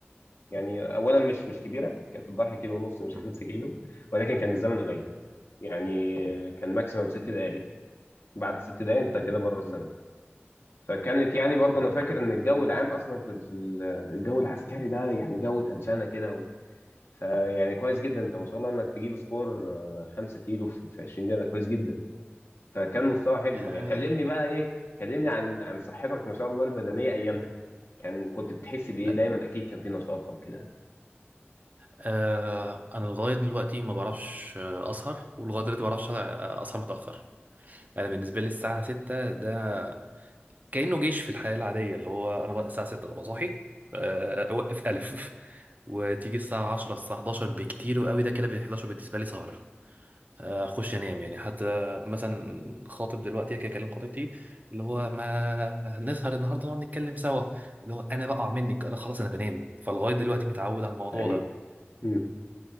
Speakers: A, on the left; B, on the right.
A: يعني اولا مش مش كبيره كانت الضحيه كيلو ونص مش
B: مم.
A: 5 كيلو ولكن كان الزمن قليل يعني كان ماكسيمم ست دقائق بعد ست دقائق انت كده
B: مم.
A: بره الزمن فكانت يعني برضه
B: <laughs> مم.
A: انا فاكر ان الجو العام اصلا في في الجو العسكري ده يعني جو تنشانه كده فيعني كويس جدا انت ما شاء الله انك تجيب سكور آه، 5 كيلو في في 20 دقيقه ده كويس جدا فكان مستوى حلو
B: آه،
A: يعني كلمني بقى ايه كلمني عن عن صحتك ما شاء الله البدنيه ايامها كان كنت بتحس بايه
B: لا
A: دايما اكيد كان في نشاط او كده
B: آه، انا لغايه دلوقتي ما بعرفش آه، اسهر ولغايه دلوقتي ما بعرفش اسهر آه، أسهر متاخر انا بالنسبه لي الساعه 6 ده كأنه جيش في الحياة العادية اللي هو أنا بقى الساعة 6 ببقى صاحي آه، أوقف ألف <laughs> وتيجي الساعة 10 الساعة 11 بكتير وقوي ده كده بال 11 بالنسبة لي سهر آه، أخش أنام يعني حتى مثلا خاطب دلوقتي أجي أكلم خطيبتي اللي هو ما نسهر النهاردة نقعد نتكلم سوا اللي هو أنا بقع منك أنا خلاص أنا بنام فلغاية دلوقتي
A: <laughs>
B: متعود على الموضوع
A: ايوه
B: ده
A: مم.